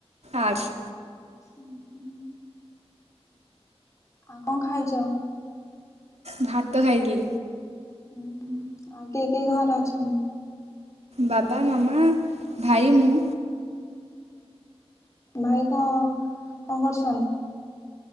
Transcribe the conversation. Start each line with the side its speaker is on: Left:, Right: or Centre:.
Right: ଆଡ୍ଶ୍।
Left: ହୁଁ ହୁଁ। ଆଉ କଣ ଖାଇଛ?
Right: ଭାତ ଖାଇଥିଲି।
Left: ହୁଁ ହୁଁ ଆଉ କିଏ କିଏ ଘରେ ଅଛନ୍ତି?
Right: ବାବା, ମାମା, ଭାଇ ମୁଁ।
Left: ଭାଇ କଣ କଣ କରୁଛନ୍ତି?